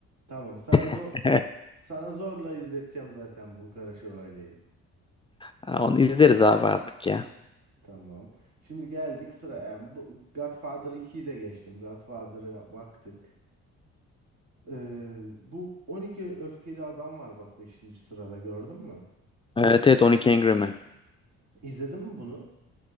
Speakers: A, on the right (about 65°); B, on the left (about 20°).
A: Tamam, sana zor
B: <laughs>
A: sana zorla izleteceğim zaten bu Kara Şövalye'yi.
B: Ha, Onu izleriz abi artık ya.
A: Tamam. Şimdi geldik sıra. Yani bu Godfather ikiyi de geçtim. Godfather'a baktık. Ee, bu on iki öfkeli adam var bak beşinci sırada gördün mü?
B: Evet evet 12 Angry Men.
A: İzledin mi bunu?